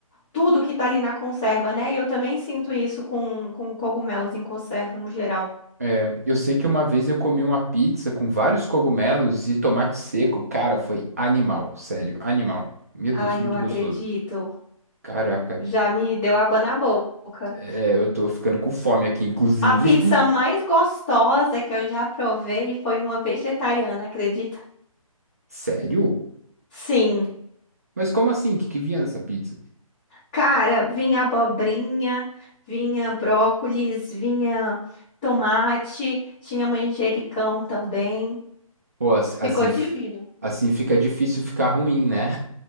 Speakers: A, on the left; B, on the right.
A: tudo que tá ali na conserva, né? E eu também sinto isso com, com cogumelos em conserva no geral.
B: É, eu sei que uma vez eu comi uma pizza com vários cogumelos e tomate seco. Cara, foi animal, sério, animal. Meu
A: Ai,
B: Deus, muito
A: eu acredito.
B: gostoso. Caraca,
A: Já me deu água na boca.
B: é, eu tô ficando com fome aqui, inclusive.
A: A pizza mais gostosa que eu já provei foi uma vegetariana, acredita?
B: <laughs> Sério?
A: Sim.
B: Mas como assim? O que que vinha nessa pizza?
A: Cara, vinha abobrinha, vinha brócolis, vinha tomate, tinha manjericão também.
B: Pô, ass- assim,
A: Ficou divino.
B: f- assim fica difícil ficar ruim, né?